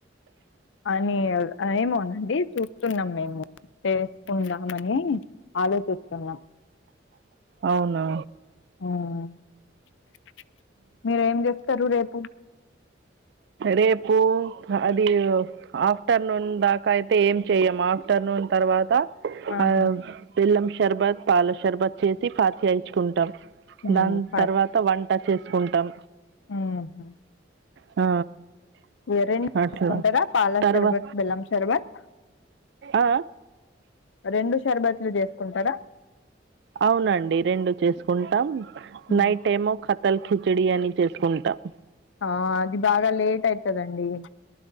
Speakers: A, on the left; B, on the right.
A: అని అ ఏమోనండి చూస్తున్నాం మేము చేస్కుందామని ఆలోచిస్తున్నాం
B: ఔనా
A: ఆ <inaudible> మీరేం చేస్తరు రేపు
B: రేపు అది ఆఫ్ ఆఫ్టర్నూన్ దాకా ఏం చెయ్యం ఆఫ్టర్నూన్ తర్వాత
A: ఆహా
B: ఆ బెల్లం షర్బత్ పాలషర్బత్ చేసి ఫాత్యా ఇచ్చుకుంటాం
A: మ్మ్
B: దాని
A: ప
B: తర్వాత త వంట చేస్కుంటాం
A: ఉహు
B: ఆ
A: ఎ రెండు
B: అట్లా
A: తీస్కుంటారా పాల
B: తర్వా
A: షర్బత్ బెల్లం షర్బత్
B: ఆ
A: రెండు షర్బత్లు జేస్కుంటారా
B: ఔనండి రెండు చేస్కుంటాం
A: ఉమ్.
B: నైట్ ఏమో క తల్ కిచిడి అని చేస్కుంటాం
A: ఆ అది బాగా లేటైతదండి